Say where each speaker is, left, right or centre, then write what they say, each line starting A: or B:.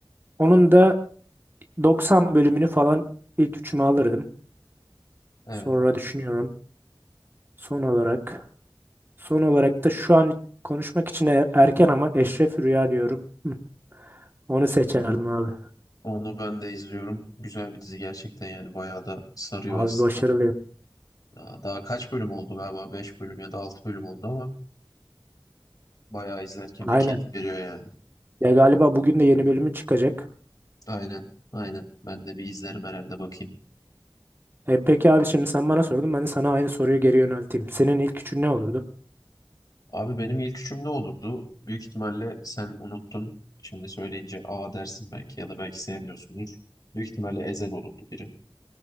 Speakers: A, on the right (about 25°); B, on the left (about 50°).
A: Onun da 90 bölümünü falan ilk üçüme alırdım.
B: Evet
A: Sonra
B: abi
A: düşünüyorum. Son olarak. Son olarak da şu an konuşmak için e- erken ama Eşref Rüya diyorum. Hı, onu seçerdim
B: onu
A: abi.
B: onu ben de izliyorum. Güzel bir dizi gerçekten yani bayağı da sarıyor
A: Abi
B: aslında.
A: başarılıyım.
B: Ya Daha kaç bölüm oldu galiba? beş bölüm ya da 6 bölüm oldu ama bayağı izlerken
A: Aynen.
B: bir keyif veriyor yani.
A: Ya galiba bugün de yeni bölümü çıkacak.
B: Aynen aynen ben de bir izlerim herhalde bakayım.
A: E, peki abi şimdi sen bana sordun. Ben de sana aynı soruyu geri yönelteyim. Senin ilk üçün ne olurdu?
B: Abi benim ilk üçüm ne olurdu? Büyük ihtimalle sen unuttun. Şimdi söyleyince aa dersin belki ya da belki sevmiyorsundur. Büyük ihtimalle Ezel olurdu biri.